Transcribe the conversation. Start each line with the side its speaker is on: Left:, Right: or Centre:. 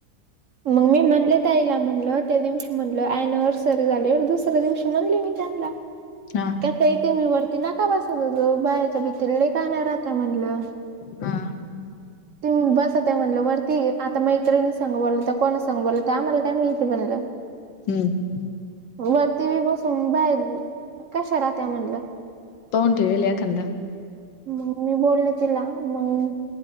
Right: मग मी म्हणले ताईला म्हणल त्या दिवशी म्हणल अनिव्हर्सरी झाली. दुसऱ्या दिवशी म्हणले मी त्यांना.
Left: हा.
Right: का ताई तुम्ही वरती नका बसव जाऊ बायाच्या भीती नाही काण्या राहत्या म्हणटल.
Left: हा.
Right: ह त बस त्या म्हणल वरती आता मैत्रिणी सांग बोलता का कोणा सांग बोलता आम्हाला काय माहिती म्हनल.
Left: ते
Right: वरती बी बसून बाहेर. कशा राहत्या म्हणल.
Left: तोउन ठेवल‌ एखादा.
Right: मग मी बोललो तिला मग